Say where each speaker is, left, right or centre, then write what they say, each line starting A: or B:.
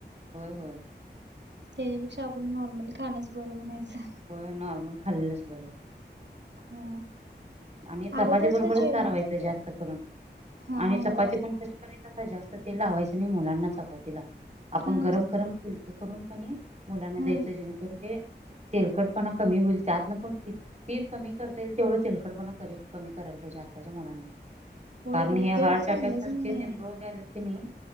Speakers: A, on the right; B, on the right.
A: होय होय.
B: त्याच्यापेक्षा आपण नॉर्मल खाण्याच बरं म्हणायचं.
A: होय नॉर्मल खाल्लंच बरं.
B: हो.
A: आणि चपाती
B: अगोदरच
A: बरोबरच
B: जेवण
A: चारवायचं जास्त करून
B: हा
A: आणि चपाती
B: हो
A: पण कश चपाती <unintelligible> जास्त ते लावायच नाही मुलांना चपाती बरोबर आपण
B: हा
A: गरम गरम फुल ते करून कनी मुलांना
B: हा
A: द्यायचं जेणेकरून ते तेलकडपणा कमी होईल त्यातन पण किती कमी करता येईल तेवढं तेलक. तेलकटपणा करी कमी करायला पाहिजेआताच्या मुलांना.
B: होय
A: कारण
B: होय
A: हे
B: तेल
A: हार्ट
B: चांगलंच
A: अटॅकसारखे
B: नाहीये
A: ती रोग आले कि नाही.